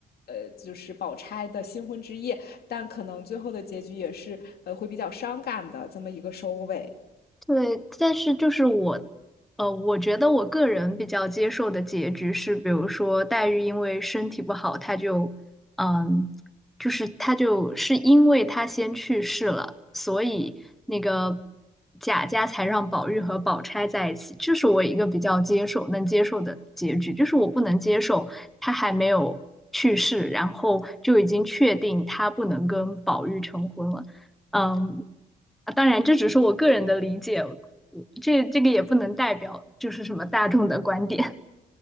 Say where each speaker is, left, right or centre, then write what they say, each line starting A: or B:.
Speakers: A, on the left (about 65°); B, in the centre.
A: 呃，就是宝钗的新婚之夜，但可能最后的结局也是，呃，会比较伤感的这么一个收尾。
B: 对，但是就是我，呃，我觉得我个人比较接受的结局是，比如说黛玉因为身体不好，她就，嗯，就是她就是因为她先去世了，所以那个贾家才让宝玉和宝钗在一起，这是我一个比较接受能接受的结局，就是我不能接受她还没有去世，然后就已经确定她不能跟宝玉成婚了，嗯。啊，当然这只是我个人的理解，这这个也不能代表就是什么大众的观点。